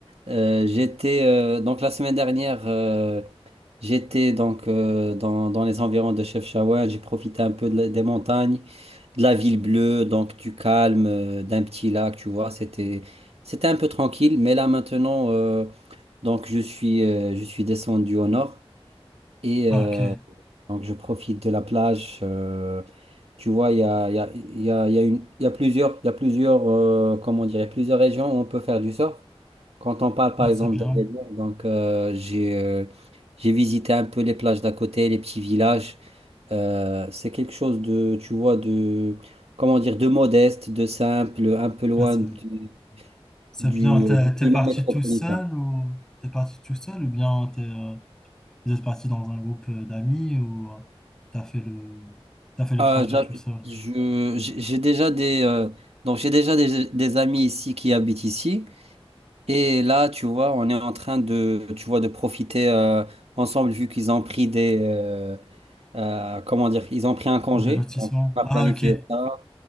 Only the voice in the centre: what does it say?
Ah,
ok.
Ah,
c'est bien.
Ah, c'est
c'est
bien. T'es
t'es
parti
tout seul ou t'es parti tout seul ou bien t'es, euh, vous êtes parti dans un groupe euh, d'amis ou euh, t'as fait le t'as fait le
trajet
tout seul?
Des lotissements?
Ah,
ok.